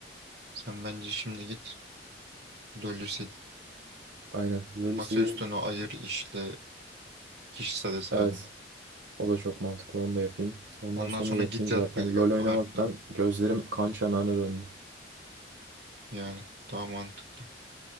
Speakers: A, on the right (about 60°); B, on the right (about 75°).
A: Sen bence şimdi git LoL'ü sil.
B: Aynen. LoL'ü
A: Masa
B: sileyim.
A: üstünü ayır işle kişisel hesabını.
B: Evet. O da çok mantıklı. Onu da yapayım. Ondan
A: Ondan
B: sonra
A: sonra
B: yatayım
A: git yat
B: zaten.
A: bir uyu
B: LoL oynamaktan
A: harbiden.
B: gözlerim kan
A: Evet.
B: çanağına döndü.
A: Yani daha mantıklı.